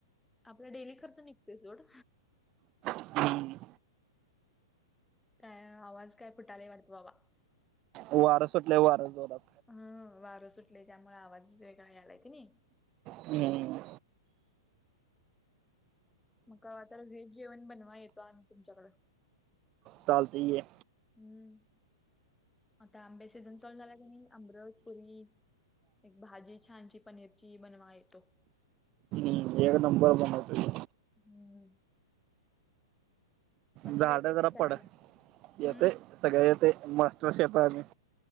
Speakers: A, in the centre; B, on the right.
A: आपल डेली खर्च निघतोय सोड.
B: हम्म
A: काय आवाज काय फुटालय वाटतं बाबा.
B: वार सुटलंय वार जोरात.
A: हम्म वारं सुटलय त्यामुळे आवाज वेगळा आलाय का नाही.
B: हम्म
A: मग कवा तर व्हेज जेवण बनवाय येतो, आम्ही तुमच्याकडं.
B: चालतंय ये.
A: हम्म आता आंब्याचा सीजन चालू झाला क नाही आमरस पुरी एक भाजी छान ची पनीरची बनवाय येतो.
B: हम एक नंबर बनवतोय.
A: हम्म पनीर
B: झाड
A: येतंय
B: जरा
A: काय करायला?
B: पड,
A: हम्म
B: येतेय सगळं येतय मास्टर्स शेप आहे आम्ही.